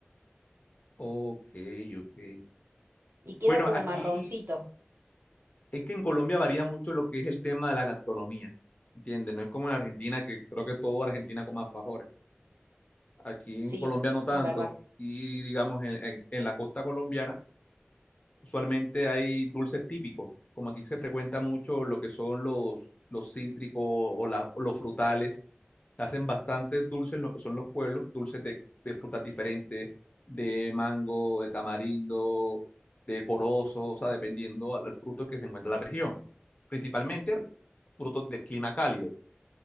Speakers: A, on the left; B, on the right.
A: ok, ok.
B: Y queda
A: Bueno,
B: como
A: aquí
B: marroncito.
A: es que en Colombia varía mucho lo que es el tema de la gastronomía, ¿entiendes? No es como en Argentina, que creo que todo Argentina come alfajores. Aquí
B: Sí,
A: en Colombia no tanto.
B: es verdad.
A: Aquí, digamos, en, en- en la costa colombiana, usualmente hay dulces típicos. Como aquí se frecuenta mucho lo que son los, los cítricos o, la- o los frutales. Se hacen bastantes dulces en lo que son los pueblos, dulces de, de frutas diferentes, de mango, de tamarindo, de corozo, o sea, dependiendo al al fruto que se encuentra en la región. Principalmente frutos de clima cálido.